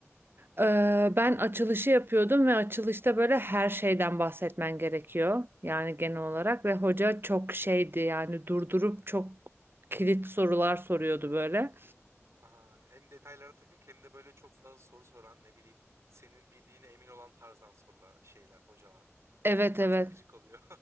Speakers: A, on the right; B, on the right.
A: Ee, Ben açılışı yapıyordum ve açılışta böyle her şeyden bahsetmen gerekiyor. Yani genel olarak ve hoca çok şeydi yani durdurup çok kilit sorular soruyordu böyle.
B: Aha, hem detaylara takık hem de böyle çok fazla soru soran ne bileyim senin bildiğine emin olan tarzdan sorular şeyler hocalar. Evet
A: Evet
B: onlar
A: evet.
B: çok gıcık oluyor.